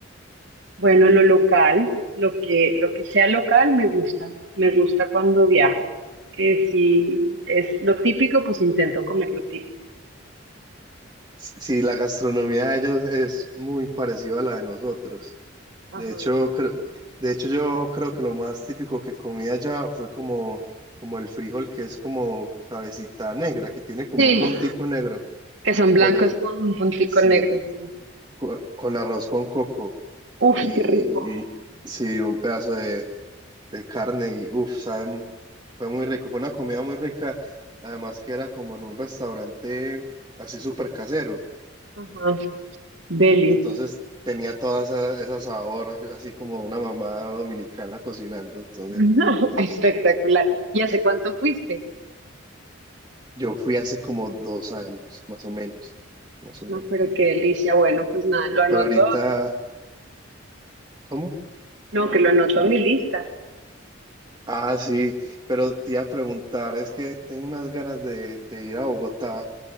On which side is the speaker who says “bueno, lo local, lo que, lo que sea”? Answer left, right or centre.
Right